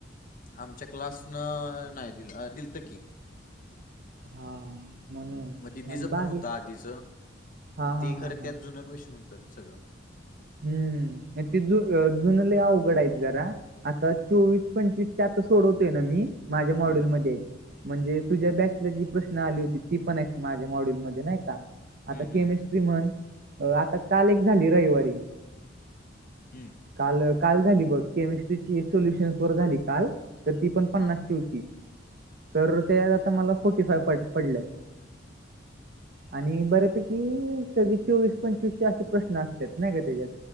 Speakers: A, on the left (about 45°); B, on the right (about 55°).
A: आमच्या क्लासनं नाही दिल अ दिलतं की
B: हा म्हणून
A: मग दिदीचं
B: आणि
A: पण
B: बाकी
A: होत आधीचं
B: हा हा
A: ते
B: हा
A: खरं
B: हा
A: त्यात जुनं क्वेशन होतं सगळं
B: हम्म ते ज अ जुन लई अवघड आहेत जरा आता चोवीस पंचवीस ते आता सोडवते ना मी माझ्या मॉड्युलमध्ये
A: हम्म
B: हाईत. म्हणजे तुझ्या बॅचला जी प्रश्न आली होती ती पण आहेत माझ्या मॉड्यूलमध्ये नाही का. आता
A: हम्म हम्म
B: केमिस्ट्री
A: हम्म
B: म्हण आता काल एक झाली रविवारी.
A: हम्म
B: काल काल झाली बघ केमिस्ट्रीची सोल्युशन्स वर झाली काल. तर ती पण पन्नासची
A: हा
B: होती तर त्या त आता मला फोर्टी फाय पडल्यात आणि बऱ्यापैकी सगळे चोवीस पंचवीस चे असे प्रश्न असतात नाही का त्याच्यात